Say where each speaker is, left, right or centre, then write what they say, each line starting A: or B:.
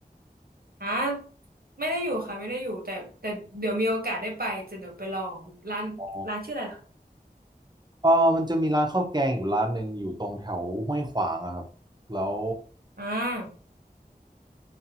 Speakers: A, on the right; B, on the right.
A: อ่าไม่ได้อยู่ค่ะ ไม่ได้อยู่ แต่แต่เดี๋ยวมีโอกาสได้ไปจะเดี๋ยวไปลองร้านร้านชื่ออะไรนะคะ
B: อ๋อเออมันจะมีร้านข้าวแกงอยู่ร้านหนึ่งอยู่ตรงแถวห้วยขวางอะครับแล้ว
A: อ่า